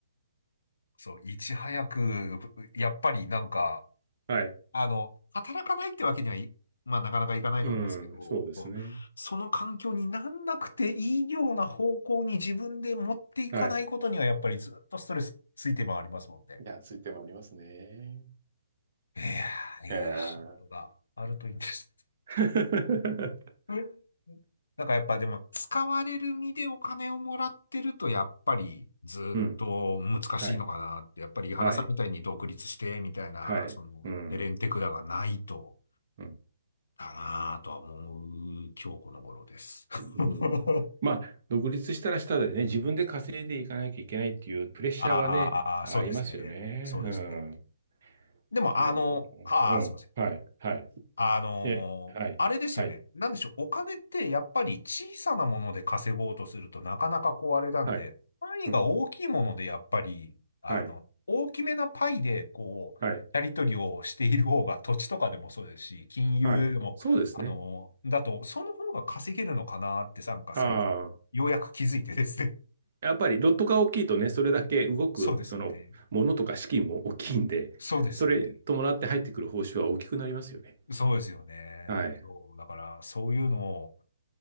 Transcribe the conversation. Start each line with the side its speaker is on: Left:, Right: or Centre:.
Left: そう、いち早く、やっぱりなんか、
Right: はい。
Left: あの、働かないってわけにはい、まあ、なかなかいかないと思うんですけど、
Right: うん、そうですね。
Left: こうその環境になんなくていいような方向に自分で持っていかないことには、
Right: はい。
Left: やっぱりずっとストレスついて回りますもんね。
Right: いや、ついてもありますね。
Left: いやー、いい仕事があるといいんです
Right: えー、<laughs>
Left: うんなんかやっぱでも、使われる身でお金をもらってると、やっぱりずっと難しいのかなって、
Right: うん。はい。
Left: やっぱり井原さんみたいに独立して、
Right: はい。
Left: みたいな、
Right: はい。
Left: その、
Right: うん。
Left: エレンテクラがないと、
Right: うん。
Left: だなぁとは思う今日この頃です。
Right: うんまあ、
Left: <laughs>
Right: 独立したらしたでね、自分で稼いでいかなきゃいけないっていうプレッシャーはね、
Left: ああ、
Right: ありますよね。
Left: そうですね。そうですね。
Right: うん。
Left: でも、
Right: その、
Left: あの、ああ、
Right: うん。
Left: すいません。
Right: はい。はい。
Left: あのーあれですよね。
Right: え、はい。はい。
Left: なんでしょう。お金ってやっぱり小さなもので稼ごうとするとなかなかこうあれなんで、
Right: はい。
Left: 単位が大きいものでやっぱり、
Right: うん。
Left: あの、
Right: はい。
Left: 大きめなパイでこう、
Right: はい。
Left: やり取りをしている方が土地とかでもそうですし、金融でも、
Right: はい。そうですね。
Left: あのーだと、その方が稼げるのかなってなんか最近、
Right: ああ。
Left: ようやく気づいてですね。
Right: やっぱりロットが大きいとね、それだけ動く、
Left: <laughs> そうですよね。
Right: その、ものとか資金も大きいんで、
Left: そうですよね。
Right: それ伴って入ってくる報酬は大きくなりますよね。
Left: そうですよね。
Right: はい。
Left: そう。だから、そういうのを、